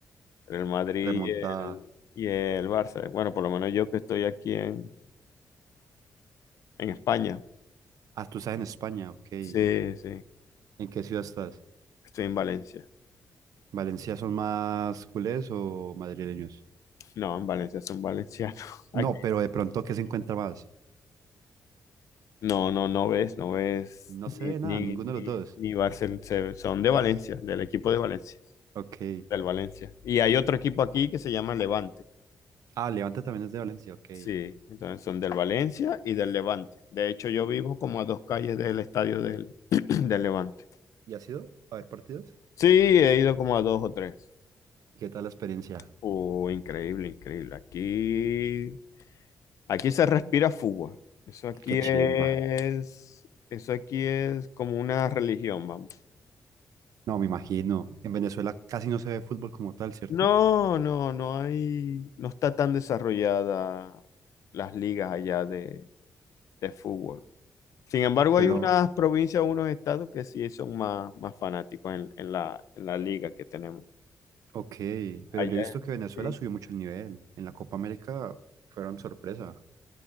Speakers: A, on the left (about 65°); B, on the right (about 85°).
A: entre el Madrid
B: remontada.
A: y el, y el Barça. Bueno, por lo menos yo que estoy aquí en, en España.
B: Ah, tú estás en España, ok.
A: Sí, sí,
B: ¿En qué ciudad estás?
A: estoy en Valencia.
B: ¿Valencia son más culés o madrileños?
A: No, en Valencia son valencianos. <laughs> Ay,
B: No, pero de pronto, ¿qué se encuentra más?
A: No, no, no ves, no ves
B: No
A: ni,
B: se ve nada,
A: ni,
B: ninguno
A: ni,
B: de los dos.
A: ni Barcel- se- son de Valencia, del equipo de Valencia.
B: Ok.
A: del Valencia. Y hay otro equipo aquí que se llama Levante.
B: Ah, Levante también es de Valencia, ok.
A: Sí, entonces son del Valencia y del Levante. De hecho, yo vivo como a dos calles del estadio del, <clears throat> del Levante.
B: ¿Y ha sido a ver partidos?
A: Sí, he ido como a dos o tres.
B: ¿Qué tal la experiencia?
A: Oh, increíble, increíble. Aquí, aquí se respira fútbol. Eso aquí
B: Qué chimba.
A: es, eso aquí es como una religión, vamos.
B: No, me imagino. En Venezuela casi no se ve fútbol como tal, ¿cierto?
A: No, no, no hay, no está tan desarrollada las ligas allá de, de fútbol. Sin embargo,
B: Pero,
A: hay unas provincias, unos estados que sí son más, más fanáticos en, en la, en la liga que tenemos.
B: ok, pero
A: Allá.
B: yo he visto que Venezuela
A: Sí,
B: subió mucho el nivel. En la Copa América fueron sorpresa.